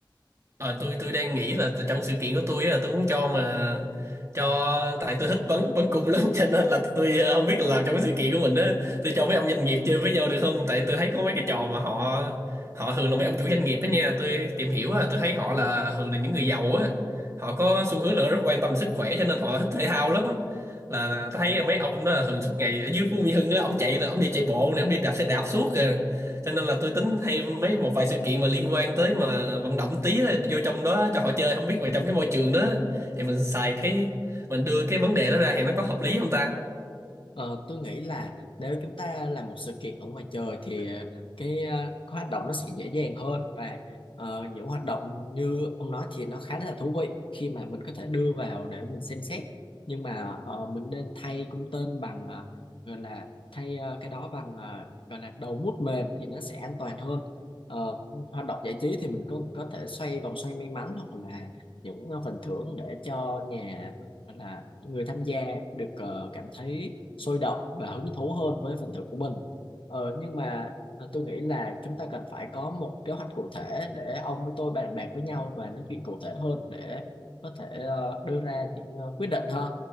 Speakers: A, on the right; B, on the left.
A: Ờ, tôi tôi đang nghĩ là trong sự kiện của tôi á, là tôi muốn cho mà cho tại tôi thích bắn bắn cung <laughs> lắm cho nên là tôi ờ, không biết là làm trong cái sự kiện của mình á tôi cho mấy ông doanh nghiệp chơi với nhau được không tại tôi thấy có mấy cái trò mà họ họ thường là mấy ông chủ doanh nghiệp đó nha tôi tìm hiểu á, tôi thấy họ là thường là những người giàu á họ có xu hướng là rất quan tâm sức khỏe cho nên họ thích thể thao lắm là thấy mấy ông đó là thường suốt ngày ở dưới Phú Mỹ Hưng á ông chạy là ông đi chạy bộ này ông đi đạp xe đạp suốt kìa cho nên là tôi tính hay mấy một vài sự kiện mà liên quan tới mà vận động tí á, vô trong đó cho họ chơi không biết về trong cái môi trường đó thì mình xài cái mình đưa cái vấn đề đó ra thì nó có hợp lý không ta
B: Ờ, tôi nghĩ là nếu chúng ta làm một sự kiện ở ngoài trời thì ờ, cái ờ, cái hoạt động nó sẽ dễ dàng hơn và ờ, những hoạt động như ông nói thì nó khá là thú vị khi mà mình có thể đưa vào để mình xem xét nhưng mà ờ, mình nên thay cung tên bằng ờ, gọi là thay ờ, cái đó bằng ờ, gọi là đầu mút mềm thì nó sẽ an toàn hơn Ờ, hoạt động giải trí thì mình cũng có thể xoay vòng xoay may mắn hoặc là những ờ, phần thưởng để cho nhà gọi là người tham gia được ờ, cảm thấy sôi động và hứng thú hơn với phần thưởng của mình ờ, nhưng mà ờ, tôi nghĩ là chúng ta cần phải có một kế hoạch cụ thể để ông với tôi bàn bạc với nhau và nói chuyện cụ thể hơn để có thể ờ, đưa ra những ờ, quyết định ha